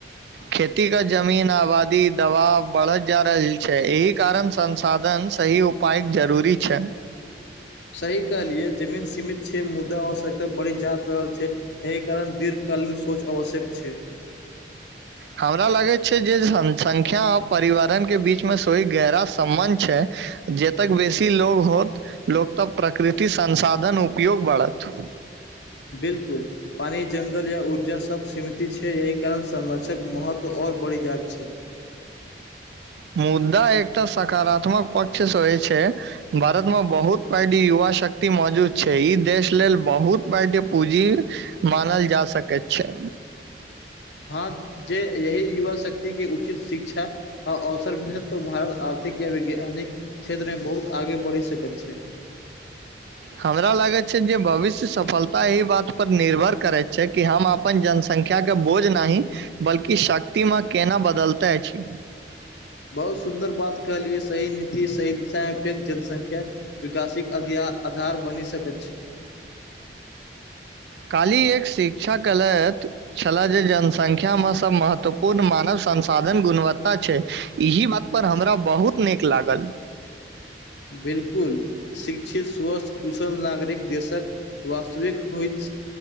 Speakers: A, on the right (about 65°); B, on the left (about 75°).
A: खेतीक जमीनपर आबादीक दबाव बढ़ैत जा रहल अछि, एहि कारण संसाधनक सही उपयोग पाइक जरूरी छै।
B: सही कहलियै जमीन सीमित छै। मुदा आवश्यकता बढ़ी जा रहल छै। एहि कारण दीर्घकालीन सोच आवश्यक छै।
A: हमरा लगैत अछि जे जनसंख्या आ पर्यावरणक बीचमे सेहो गहिर सम्बन्ध छै। जतेक बेसी लोक होयत, ततेक प्रकृतिक संसाधनक उपयोग बढ़त।
B: बिल्कूल पानि, जंगल आ ऊर्जा सभ सीमित अछि, एहि कारण संरक्षणक महत्व आओर बढ़ि जाइत अछि।
A: मुद्दा एकटा सकारात्मक पक्ष सेहो छै। भारतमे बहुत पैघ युवा शक्ति मौजूद अछि, ई देश लेल बहुत पैघ पूँजी अछि। मानल जा सकैत छै।
B: हँ, जे एहि युवा शक्तिकेँ उचित शिक्षा आ अवसर भेटत, तऽ भारत आर्थिक आ वैज्ञानिक क्षेत्रमे बहुत आगाँ बढ़ि सकैत अछि।
A: हमरा लगैत अछि जे भविष्यक सफलता एहि बातपर निर्भर करैत अछि जे हम अपन जनसंख्या के बोझ नहि बल्कि शक्ति मे केना बदलते अछि।
B: बहुत सुन्दर बात कहलियै सही नीति सही दिशामे पैघ जनसंख्या। विकासिक आधार बनि सकैत छै।
A: काल्हि एक शिक्षा कहलथि छला जे जनसंख्यामे सभ महत्वपूर्ण मानव संसाधन गुणवत्ता छै। इही बात पर हमरा बहुत नीक लागल।
B: बिल्कूल शिक्षित, स्वस्थ, कुशल, नागरिक देशक वास्तविक होइत